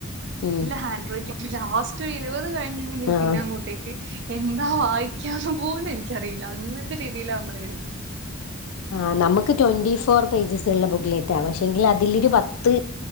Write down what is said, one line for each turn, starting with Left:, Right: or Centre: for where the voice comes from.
Left: ഉം
Right: ല്ല ഹാൻഡ്റൈറ്റിങ് ലാസ്റ്റ് ഇരുവത് കഴിഞ്ഞ്ട്ട്ണ്ടെങ്കിൽ
Left: ആഹ്
Right: പിന്നെ അങ്ങോ ട്ടേക്ക് എന്താ വായിക്കാന്ന് പോലും എനിക്കറിയില്ല അങ്ങൻത്തെ രീതിയിലാ നമ്മൾ എഴ്താ
Left: ആഹ് നമ്ക്ക് ട്വന്റി ഫോർ പേജ്സ്ള്ള ബുക്ക് ലേറ്റാണ് പക്ഷെ എങ്കില് അതില് ഇരുപത്ത്